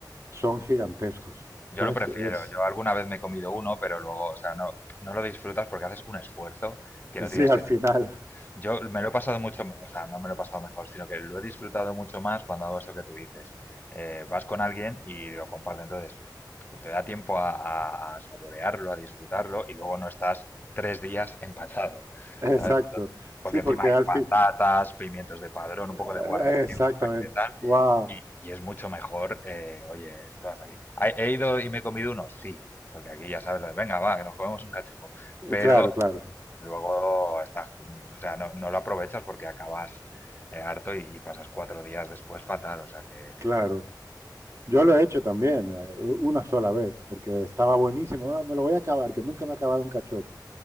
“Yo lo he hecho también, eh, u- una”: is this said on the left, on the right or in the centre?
Right